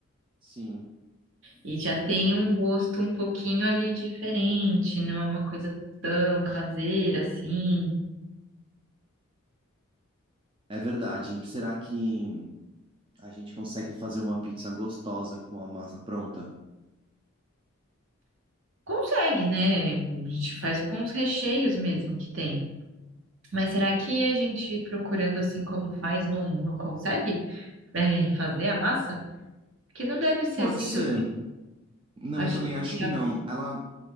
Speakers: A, on the right; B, on the right.
A: Sim,
B: E já tem um gosto um pouquinho ali diferente, não é uma coisa tão caseira assim.
A: é verdade. Será que a gente consegue fazer uma pizza gostosa com a massa pronta?
B: Consegue, né? A gente faz com os recheios mesmo que tem. Mas será que a gente procurando assim como faz não, não consegue é, fazer a massa? Porque não deve ser
A: Pode
B: assim
A: ser.
B: tão.
A: Não,
B: Eu acho
A: também acho
B: que.
A: que
B: a-
A: não. Ela,